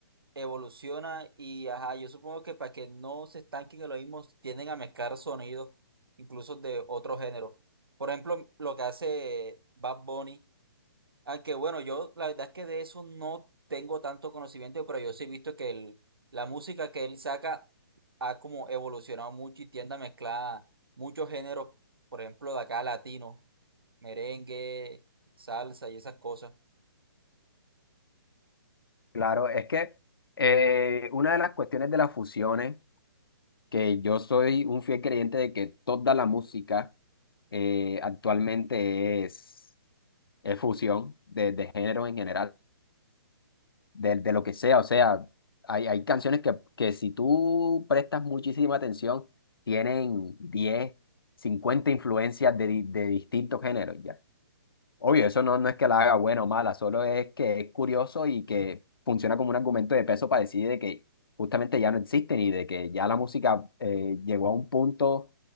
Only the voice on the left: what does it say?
Claro, es que eh, una de las cuestiones de las fusiones, que yo soy un fiel creyente de que toda la música eh, actualmente es, es fusión de, de géneros en general. de, de lo que sea. O sea, hay, hay canciones que, que si tú prestas muchísima atención, tienen 10 50 influencias de, di- de distintos géneros ya. Obvio, eso no, no es que la haga buena o mala, solo es que es curioso y que funciona como un argumento de peso para decir de que justamente ya no existen y de que ya la música eh, llegó a un punto